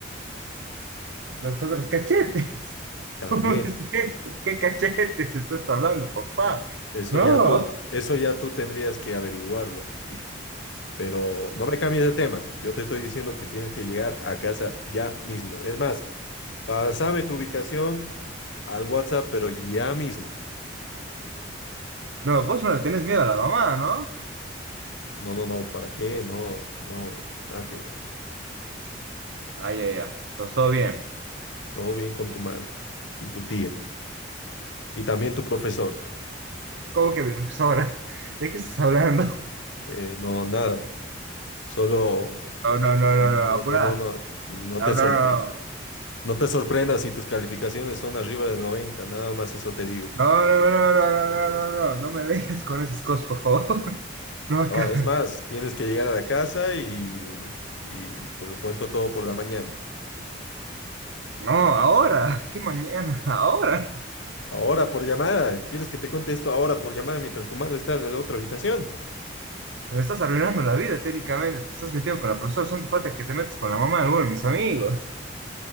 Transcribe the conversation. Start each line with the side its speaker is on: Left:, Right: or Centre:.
Right: Los otros cachetes. <laughs>
Left: También.
Right: ¿Cómo es eso? ¿Qué cachetes estás hablando, papá?
Left: Eso
Right: No,
Left: ya tú, eso ya tú tendrías que averiguarlo, hijo. Pero no me cambies de tema. Yo te estoy diciendo que tienes que llegar a casa ya mismo. Es más, pásame tu ubicación al WhatsApp, pero ya mismo.
Right: no, vos no le tenés miedo a la mamá, ¿no?
Left: No, no, no, ¿para qué? No, no, nada que ver.
Right: Ay, ay, ay, entonces todo bien.
Left: Todo bien con tu madre y tu tía y también tu profesor.
Right: ¿Cómo que mi profesora? <laughs> ¿De qué estás hablando?
Left: Eh, no, nada. Solo,
Right: No, no, no,
Left: no,
Right: no, no, apura.
Left: no, no, no, no
Right: No,
Left: te sorpre-
Right: no, no,
Left: no te sorprendas si tus calificaciones son arriba de 90, nada más eso te digo.
Right: no, no, no, no, no, no, no, no, no no me dejes con esas cosas, por favor. <laughs> No acá.
Left: No, es más, tienes que llegar a la casa y, y te lo cuento todo por la mañana.
Right: No, ahora. ¿Qué mañana? <laughs> Ahora.
Left: Ahora por llamada. ¿Quieres que te cuente esto ahora por llamada mientras tu madre está en la otra habitación?
Right: Me estás arruinando la vida técnicamente. Te estás metiendo con la profesora. Solo te falta que te metas con la mamá de alguno de mis amigos.